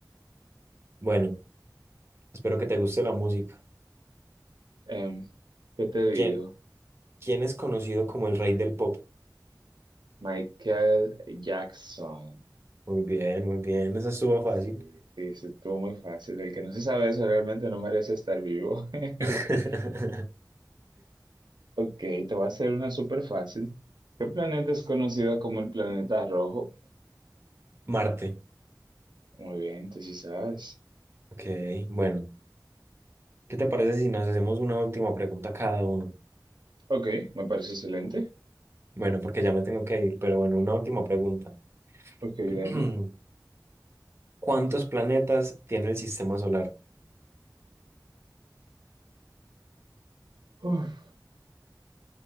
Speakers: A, on the right (about 35°); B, on the right (about 85°).
A: Bueno, espero que te guste la música.
B: Em, ¿qué te digo?
A: ¿Quién, quién es conocido como el rey del pop?
B: Michael Jackson.
A: Muy bien, muy bien. Esa estuvo
B: Sí,
A: fácil.
B: sí, sí, estuvo muy fácil. El que no se sabe eso realmente no merece estar vivo. <laughs>
A: <laughs>
B: Ok, te voy a hacer una súper fácil. ¿Qué planeta es conocido como el planeta rojo?
A: Marte.
B: Muy bien, tú sí sabes.
A: Ok, bueno. ¿Qué te parece si nos hacemos una última pregunta cada uno?
B: Ok, me parece excelente.
A: Bueno, porque ya me tengo que ir, pero bueno, una última pregunta.
B: Ok,
A: <clears throat>
B: dale.
A: ¿Cuántos planetas tiene el sistema solar?
B: Uf,